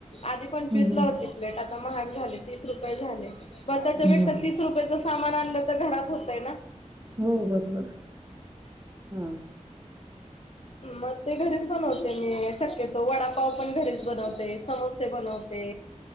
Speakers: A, on the left; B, on the right.
A: आधी पंचवीस
B: हम्म,
A: ला होती प्लेट आता महाग झाली तीस रुपये झाले. मग त्याच्यापेक्षा
B: हम्म. वा.
A: तीस रुपयाच सामान आणलं तर घरात होतय ना.
B: हो बरोबर हा.
A: मग ते घरीच बनवते मी शक्यतो वडापाव पण घरीच बनवते समो बनवते.